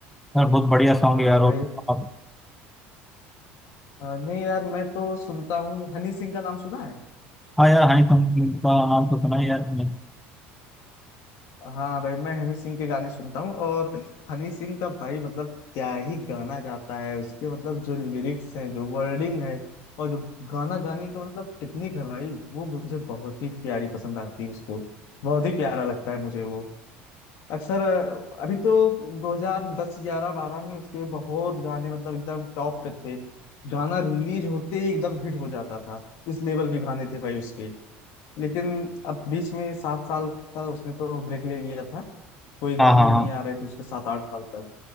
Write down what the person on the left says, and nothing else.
हाँ
भाई
हाँ, नहीं यार मैं तो सुनता हूँ हनी सिंह का नाम सुना है
हाँ भाई मैं हनी सिंह के गाने सुनता हूँ और हनी सिंह का भाई मतलब क्या ही गाना गाता है उसके मतलब जो लिरिक्स हैं जो वर्डिंग है और जो गाना गाने का मतलब टेक्निक है भाई वो मुझे बहुत ही प्यारी पसंद आती है उसको बहुत ही प्यारा लगता है मुझे वो अक्सर अ, अभी तो 2010 11 12 में उसके बहुत गाने मतलब एकदम टॉप पे थे गाना रिलीज होते ही एकदम हिट हो जाता था इस लेवल के गाने थे भाई उसके लेकिन अब बीच में सात साल का उसने तो ब्रेक ले लिया था कोई गाने
ही
नहीं आ रहे थे उसके सात आठ साल तक